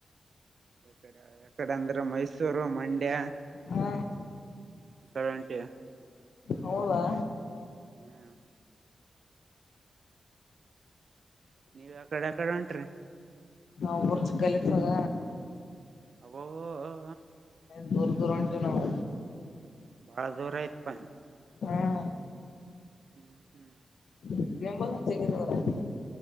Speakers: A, on the right; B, on the left.
A: ಎಕಡೆ ಎಕಡೆ ಅಂದ್ರೆ ಮೈಸೂರು ಮಂಡ್ಯ.
B: ಹಾ
A: <unintelligible>
B: ಹೌದಾ
A: ಹ್ಮ್ ನೀವ್ ಎಕಡೆ ಎಕಡೆ ಹೊಂಟ್ರಿ.
B: ನಾವ್ ಬುರ್ಜ ಕಲಿತದ.
A: ಅಬೋ ಬ ಬ ಬಾ.
B: ದೂರ ದೂರಂಟಿವಿ ನಾವು.
A: ಬಾಳ ದೂರ ಆಯ್ತ್ ಪ.
B: ಹಾ
A: ಹ್ಮ್ ಹ್ಮ್
B: <unintelligible>